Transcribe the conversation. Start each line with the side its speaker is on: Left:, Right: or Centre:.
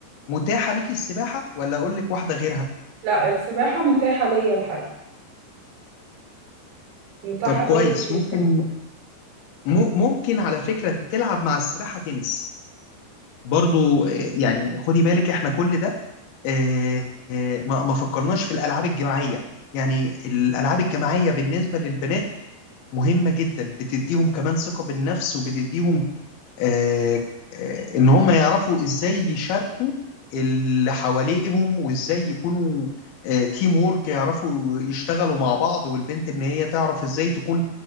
Left: متاحة ليكي السباحة ولا اقول لك واحدة غيرها
Right: لا السباحه متاحه ليا الحقيقه متاحه
Left: طب كويس
Right: ليا جدا
Left: ممكن م... ممكن على فكرة تلعب مع السباحة تنس برضو آه، يعني خدي بالك احنا كل ده آه، آه، ما ما فكرناش في الالعاب الجماعيه يعني الالعاب الجماعيه بالنسبه للبنات مهمه جدا بتديهم كمان ثقه بالنفس وبتديهم آه، آه، ان هم يعرفوا ازاي يشاركوا اللي حواليهم وازاي يكونوا آه، تيم وورك يعرفوا يشتغلوا مع بعض والبنت ان هي تعرف ازاي تكون